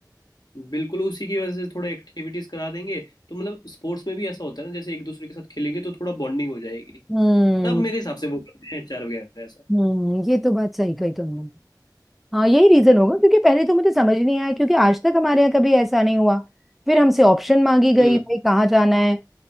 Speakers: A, on the left; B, in the centre.
A: बिल्कुल उसी की वजह से थोड़े एक्टिविटीज करा देंगे तो मतलब स्पोर्ट्स में भी ऐसा होता है ना जैसे एक दूसरे के साथ खेलेंगे तो थोड़ा बॉन्डिंग हो जाएगी
B: हम्म
A: तब मेरे हिसाब से वो करते हैं एचआर वगैरह ऐसा
B: हम्म ये तो बात सही कही तुमने हाँ यही रीजन होगा क्योंकि पहले तो मुझे समझ नहीं आया क्योंकि आज तक हमारे यहाँ कभी ऐसा नहीं हुआ फिर हमसे ऑप्शन मांगी गई
A: हम्म
B: भाई कहाँ जाना है